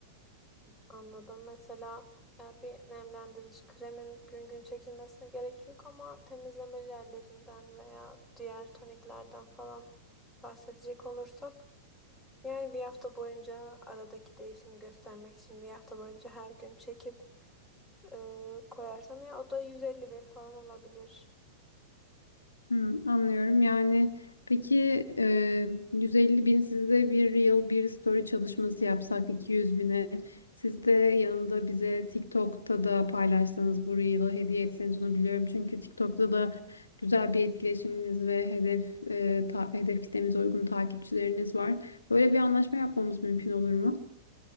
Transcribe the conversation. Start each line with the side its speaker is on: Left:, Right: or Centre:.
Centre: Anladım. Mesela e, bir nemlendirici kremin gün gün çekilmesine gerek yok ama temizleme jellerinden veya diğer toniklerden falan bahsedecek olursak yani bir hafta boyunca aradaki değişimi göstermek için bir hafta boyunca her gün çekip e, koyarsam ya o da 150 bin falan olabilir.
Left: Hı, anlıyorum. Yani peki e, 150 bin sizde bir reel bir story çalışması yapsak 200 bine siz de yanında bize TikTok'ta da paylaşsanız bu reel'ı hediye etseniz onu biliyorum. Çünkü TikTok'ta da güzel bir etkileşiminiz ve hedef e, ta- hedef kitlemize uygun takipçileriniz var. Böyle bir anlaşma yapmamız mümkün olur mu?